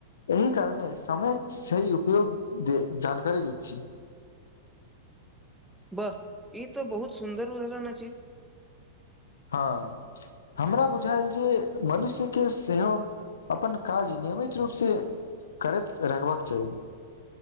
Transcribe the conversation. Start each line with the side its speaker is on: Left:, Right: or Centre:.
Left: एहि कारणे समयक सेहि उपयोग जानकारी द छी
Centre: बाह ई तऽ बहुत सुन्दर उदाहरण अछि
Left: हँ हमरा बुझायल जे मनुष्यके सेहो अपन काज नियमित रूपसँ करैत रखबाक चाही